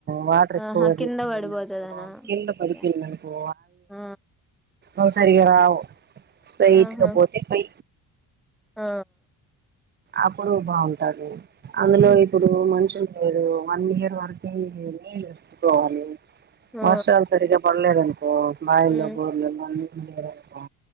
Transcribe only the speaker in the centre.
ఆహా
కింద పడిపోతదనా
ఓకే
ఆ
ఆహా
ఆ
హ్మ్.
ఆ
హ్మ్